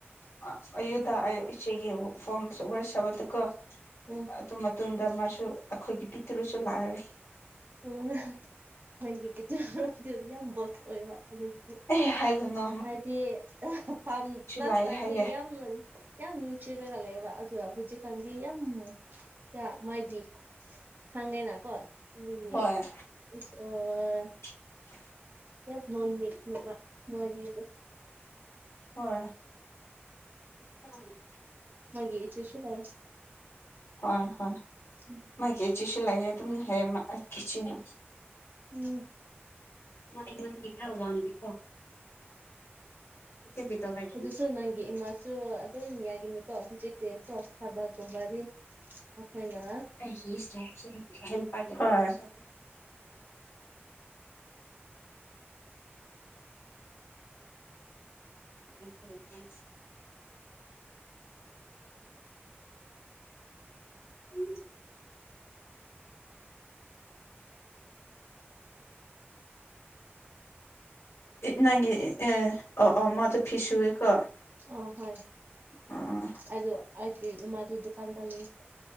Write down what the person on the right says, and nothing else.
ꯎꯝ
ꯎꯝ ꯅꯪꯒꯤ ꯄꯤꯛꯇꯔꯨꯁꯨ ꯌꯥꯝ ꯕꯣꯁ ꯑꯣꯏꯕ ꯑꯗꯨꯒꯤ
ꯍꯥꯏꯗꯤꯝ ꯄꯥꯝ ꯂꯥꯁ
ꯇꯥꯏꯝꯗꯤ
ꯌꯥꯝ ꯌꯥꯝ ꯅꯪꯡꯁꯤꯔꯒ ꯂꯩꯕ ꯑꯗꯨ ꯍꯧꯖꯤꯛꯀꯥꯟꯗꯤ ꯌꯥꯝ ꯀꯌꯥ ꯃꯥꯒꯤ ꯈꯪꯉꯦꯅ ꯀꯣ ꯑꯗꯨꯒꯤ
ꯏꯁ ꯑꯣ
‌ꯌꯥꯝ ꯅꯣꯟꯃꯤꯛꯅꯕꯦ ꯅꯣꯏꯗꯤ ꯑꯗꯨꯝ
ꯃꯣꯏꯒꯤ ꯏꯆꯦꯁꯨ ꯂꯩ
ꯎꯝ
ꯎꯝ
ꯑꯗꯨꯁꯨ ꯅꯪꯒꯤ ꯏꯃꯥꯁꯨ ꯑꯗꯨꯝ ꯌꯥꯒꯤꯅꯤꯀꯣ ꯍꯧꯖꯤꯛꯇꯤ ꯀꯣ ꯊꯕꯛꯒꯨꯝꯕꯗꯤ ꯃꯈꯣꯏꯅ
ꯑꯣ ꯍꯣꯏ
ꯑꯗꯣ ꯑꯩꯒꯤ ꯏꯃꯥꯗꯨ ꯗꯨꯀꯥꯟꯗ ꯂꯩ